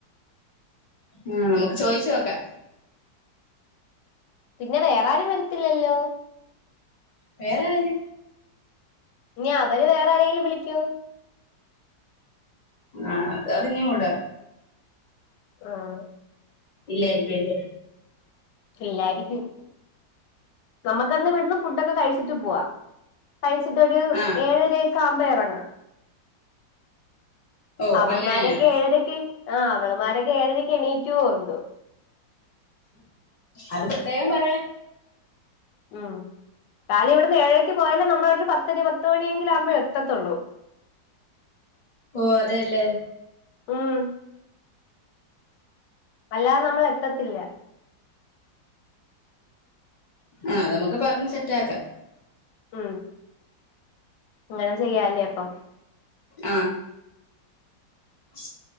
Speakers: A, on the left (about 45°); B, on the left (about 75°).
A: ആഹ് നമ്മക്ക് ചോയ്ച്ചോക്കാ
B: പിന്നെ വേറാരും വരത്തില്ലല്ലോ
A: വേറാര്
B: നി അവര് വേറാരെങ്കിലും വിളിക്കോ
A: ആഹ് അതറിഞ്ഞൂട
B: ആഹ്
A: ഇല്ലായിരിക്കു അല്ലേ
B: ഇല്ലായിരിക്കും നമുക്കന്ന് വിട്ന്ന് ഫുഡൊക്കെ കഴിച്ചിട്ട് പൂവാ കഴിച്ചിട്ടൊര്
A: ആഹ്
B: ഏഴരൊക്കെ ആവുമ്പോ ഇറങ്ങാം
A: ഓ
B: അവള്മാരൊക്കെ
A: അങ്ങനെയാ
B: ഏഴരക്ക് ആഹ് അവള്മാരൊക്കെ ഏഴരക്ക് എണീക്കുവോ എന്തോ
A: അത് പ്രത്യേകം പറയാ
B: ഉം കാലി ഇവിടുന്ന് ഏഴേക്ക് പോയാല നമ്മള ഒരു പത്തര പത്ത് മണിയെങ്കില ആകുമ്പോഴ എ എത്തത്തുള്ളൂ
A: ഓ അതെല്ലേ
B: ഉം അല്ലാതെ നമ്മൾ എത്തത്തില്ല
A: ആഹ് അത് നമുക്ക് പറഞ്ഞ് സെറ്റ് ആക്കാം
B: ഉം അങ്ങനെ ചെയ്യാലേ അപ്പം
A: ആഹ് ഉ